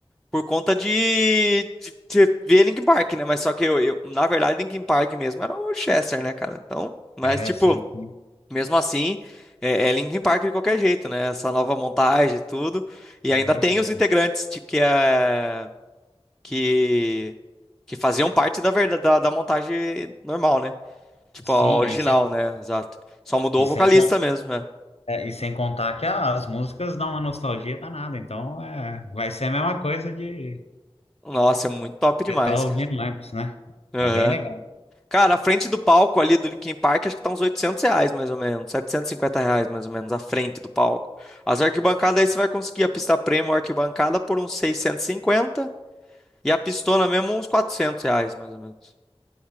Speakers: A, in the centre; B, on the left.
A: por conta de, de, de ver Linkin Park, né, mas só que eu, eu, na verdade, Linkin Park mesmo era o Chester, né, cara, então, mas,
B: É,
A: tipo,
B: sim, sim.
A: mesmo assim, é, é Linkin Park de qualquer jeito, né? Essa nova montagem e tudo. E
B: É,
A: ainda tem
B: e,
A: os integrantes de, que, é, que, que faziam parte da, verda- da, da montagem normal, né? Tipo,
B: sim,
A: a original,
B: e sem,
A: né? Exato. Só mudou
B: e, sem,
A: o vocalista
B: con-
A: mesmo, né?
B: é, e sem contar que as músicas dão uma nostalgia danada, então é, vai ser a mesma coisa de
A: Nossa, é muito top demais,
B: estar ouvindo
A: cara.
B: antes, né?
A: Aham.
B: É bem legal.
A: Cara, a frente do palco ali do Linkin Park, acho que tá uns 800 reais, mais ou menos. setecentos e cinquenta reais, mais ou menos, a frente do palco. As arquibancadas aí você vai conseguir a pista premium, arquibancada por uns seiscentos e cinquenta E a pistona mesmo, uns 400 reais, mais ou menos.